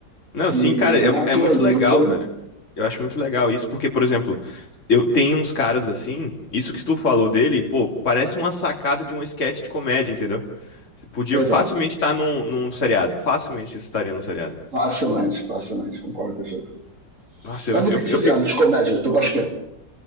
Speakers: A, on the left; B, on the right.
A: Não,
B: E
A: sim, cara, é,
B: naturaliza.
A: é muito legal, velho. Eu acho muito legal isso, porque, por exemplo, eu tenho uns caras assim, isso que tu falou dele, pô, parece uma sacada de um esquete de comédia, entendeu? Você Podia
B: Exato.
A: facilmente estar num, num seriado, facilmente isso estaria num seriado.
B: Facilmente, facilmente, concordo com você.
A: Nossa, eu,
B: A nível
A: fi- eu, fi-
B: de seriado,
A: eu fico.
B: de comédia, tu gosta que